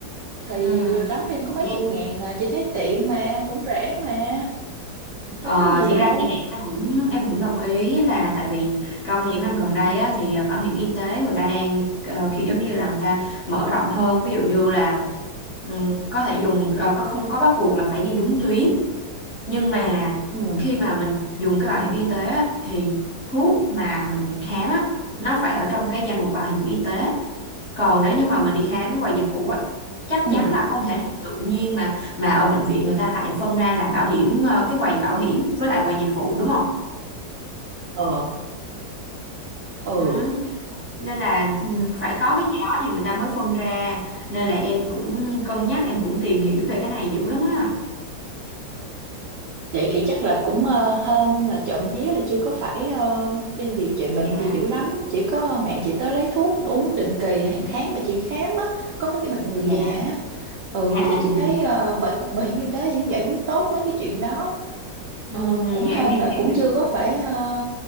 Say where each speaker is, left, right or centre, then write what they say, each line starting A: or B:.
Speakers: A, on the right; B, on the left.
A: thì
B: Ừ.
A: đóng thêm có mấy chục
B: Em
A: ngàn à, chị thấy tiện mà cũng rẻ mà đâu
B: Ờ,
A: có gì
B: thiệt
A: đâu
B: ra thì em em cũng em cũng đồng ý là tại vì trong những năm gần đây á, thì bảo hiểm y tế người ta đang ờ, kiểu giống như là người ta mở rộng hơn ví dụ như là ừm, có thể dùng ờ, có không có bắt buộc là phải đi đúng tuyến nhưng mà
A: ừ
B: khi mà mình dùng cái bảo hiểm y tế á, thì thuốc mà mình khám á, nó phải ở trong cái danh mục bảo hiểm y tế còn nếu như mà mình đi khám ngoài dịch vụ á chắc
A: ừ
B: chắn là không thể nào tự nhiên mà mà ở bệnh viện người ta lại phân ra là bảo hiểm ờ, cái quầy bảo hiểm với lại quầy dịch vụ đúng không
A: ờ ừ
B: ừ. nên là
A: ừ
B: phải có cái gì đó thì người ta mới phân ra nên là em cũng cân nhắc em cũng tìm hiểu về cái này dữ lắm á
A: Vậy thì chắc là cũng ờ, hên là trộm vía là chưa có phải ờ, đi điều trị bệnh
B: dạ
A: gì dữ lắm. Chỉ có mẹ chị tới lấy thuốc uống định kỳ hàng tháng mẹ chị đi khám á. Có mấy cái bệnh người
B: dạ
A: già á. Ừ
B: à, à.
A: thì chị thấy
B: à.
A: ờ, bảo, bảo hiểm y tế vẫn giải quyết tốt mấy cái chuyện đó.
B: Ừ,
A: Ờ, cũng hên
B: em em
A: là cũng
B: hiểu
A: chưa có phải ờ,